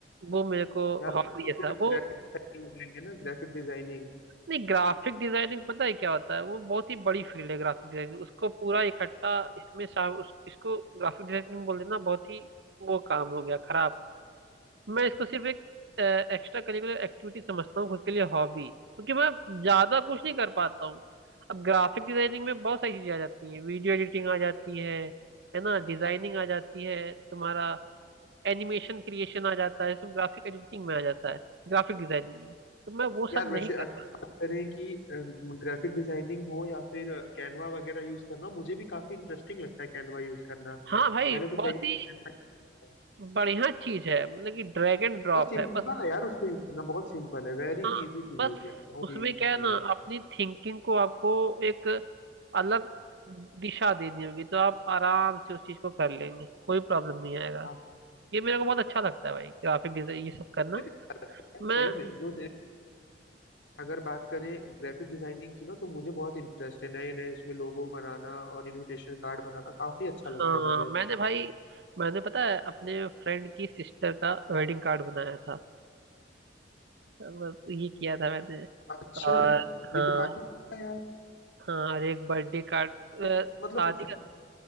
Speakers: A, on the right; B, on the left.
A: वो मेरे को
B: यार उसको
A: हॉबी है
B: फिर
A: सा वो
B: ग्राफिक डिजाइनिंग बोलेंगे ना ग्राफिक डिजाइनिंग
A: नहीं ग्राफिक डिजाइनिंग पता है क्या होता है वो बहुत ही बड़ी फील्ड है ग्राफिक डिजाइनिंग उसको पूरा इकट्ठा इसमें शाम उस, इसको ग्राफिक डिजाइनिंग बोल देना बहुत ही वो काम हो गया खराब मैं इसको सिर्फ एक एक्स्ट्रा करिकुलर एक्टिविटी समझता हूँ खुद के लिए हॉबी क्योंकि मैं ज्यादा कुछ नहीं कर पाता हूँ अब ग्राफिक डिजाइनिंग में बहुत सारी चीजें आ जाती हैं वीडियो एडिटिंग आ जाती है है ना डिजाइनिंग आ जाती है तुम्हारा एनिमेशन क्रिएशन आ जाता है सब ग्राफिक एडिटिंग में आ जाता है ग्राफिक डिजाइनिंग में तो मैं वो
B: यार
A: सब
B: वैसे
A: नहीं
B: अगर
A: कर
B: बात करें कि ग्राफिक डिजाइनिंग हो या फिर कैनवा वगैरह यूज करना मुझे भी काफी इंटरेस्टिंग लगता है कैनवा यूज करना
A: पाता हाँ भाई
B: मैंने तो
A: बहुत
B: कई बार
A: ही
B: Canva किया है
A: बढ़िया चीज है मतलब कि ड्रैग एंड ड्रॉप
B: और सिंपल
A: है बस
B: है यार अच्छा उसको यूज करना बहुत सिंपल है वेरी
A: हाँ
B: इजी टू
A: बस
B: यूज यार बहुत
A: उसमें
B: ही सिंपल
A: क्या है ना
B: है
A: अपनी थिंकिंग को आपको एक अलग दिशा देनी होगी तो आप आराम से उस चीज को कर लेंगे कोई प्रॉब्लम नहीं आएगा
B: हाँ मुझे
A: ये मेरे को बहुत अच्छा लगता है भाई ग्राफिक डिजाइन ये सब करना
B: भी अच्छा लगता है यार, सही
A: मैं
B: में जो दे- अगर बात करें ग्राफिक डिजाइनिंग की ना तो मुझे बहुत इंटरेस्ट है नए नए उसमें लोगो बनाना और इनविटेशन कार्ड बनाना काफी अच्छा लगता
A: हाँ
B: है मुझे
A: मैंने भाई मैंने पता है अपने फ्रेंड की सिस्टर का वेडिंग कार्ड बनाया था बस ये किया था मैंने
B: अच्छा
A: और
B: ये
A: हाँ
B: तो काफी अच्छा है यार
A: हाँ और एक बर्थडे कार्ड
B: तो
A: शादी
B: मतलब